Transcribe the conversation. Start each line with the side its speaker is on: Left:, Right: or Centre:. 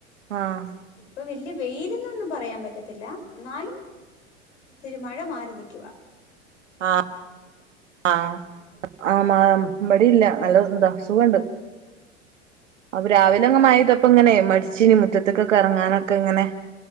Right: ആഹ്
Left: ഇപ്പം വല്ല്യ വെയില് എന്നൊന്നും പറയാൻ പറ്റത്തില്ല എന്നാലും ഇത്തിരി മഴ മാറി നിക്കുവാ
Right: ആഹ് ആഹ്
Left: മഴയില്ല
Right: ആഹ് മഴ ഇവടീം ഇല്ല നല്ല ഇതാ സുഖണ്ട് അപ്പൊ രാവിലെ ഇങ്ങനെ മഴ പെയ്തപ്പ ഇങ്ങനെ മടിച്ചീനി മുറ്റത്തേക്കൊക്കെ ഇറങ്ങാനൊക്കെ ഇങ്ങനെ